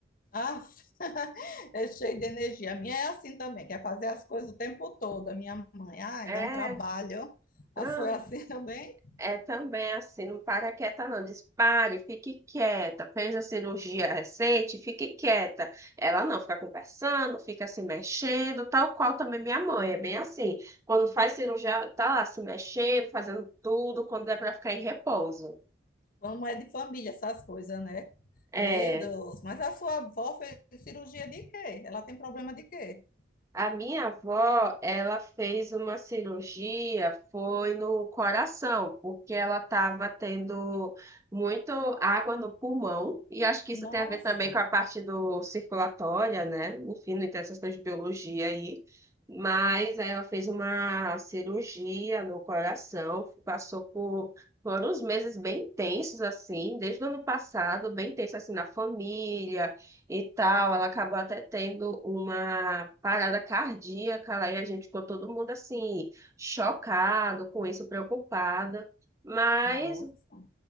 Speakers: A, on the left; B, on the right.
A: Ah, <laughs> é cheio de energia. A minha é assim também, quer fazer as coisas o tempo todo. A minha mãe, ai,
B: É,
A: dá um trabalho.
B: pronto.
A: A sua é assim <laughs> também?
B: É também assim, não para quieta não, diz pare, fique quieta, fez a cirurgia recente, fique quieta. Ela não, fica conversando, fica se mexendo, tal qual também minha mãe, é bem assim. Quando faz cirurgia, tá lá se mexendo, fazendo tudo, quando é para ficar em repouso.
A: Como é de família essas coisas, né?
B: É.
A: Meu Deus, mas a sua avó fez cirurgia de quê? Ela tem problema de quê?
B: A minha avó, ela fez uma cirurgia, foi no coração, porque ela estava tendo muito água no pulmão, e acho que isso
A: Nossa,
B: tem a ver também com a parte do circulatória, né? Enfim, não interessa essas coisas de biologia aí. Mas aí ela fez uma cirurgia no coração, passou por foram uns meses bem tensos, assim, desde o ano passado, bem tenso, assim, na família, e tal. Ela acabou até tendo uma parada cardíaca lá e a gente ficou todo mundo assim, chocado com isso, preocupada. Mas,
A: nossa,